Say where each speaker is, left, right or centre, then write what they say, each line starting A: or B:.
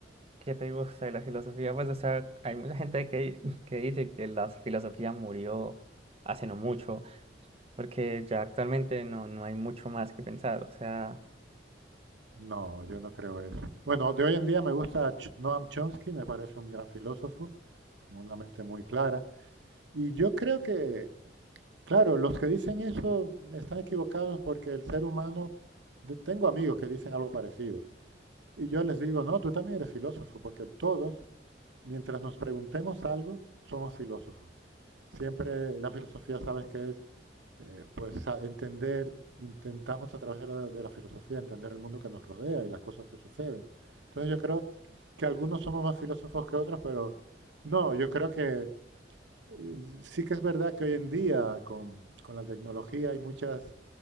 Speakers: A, on the right; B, on the right.
A: ¿qué te gusta de la filosofía? Pues, o sea, hay mucha gente que, que dice que la filosofía murió hace no mucho, porque ya actualmente no, no hay mucho más que pensar. O sea...
B: No, yo no creo eso. Bueno, de hoy en día me gusta Ch- Noam Chomsky, me parece un gran filósofo, con una mente muy clara. Y yo creo que Claro, los que dicen eso están equivocados porque el ser humano, de- tengo amigos que dicen algo parecido. Y yo les digo, no, tú también eres filósofo, porque todos, mientras nos preguntemos algo, somos filósofos. Siempre la filosofía, sabes que es, eh, pues a- entender, intentamos a través de la, de la filosofía entender el mundo que nos rodea y las cosas que suceden. Entonces yo creo que algunos somos más filósofos que otros, pero no, yo creo que eh, Sí que es verdad que hoy en día con, con la tecnología hay muchas,